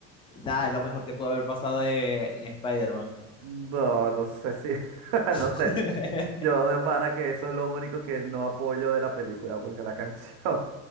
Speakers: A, on the left; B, on the right.
A: Nada, es lo mejor que puede haber pasado de- en Spider-Man.
B: No, no sé si, <laughs>
A: <laughs>
B: no sé. Yo de pana que eso es lo único que no apoyo de la película, porque la canción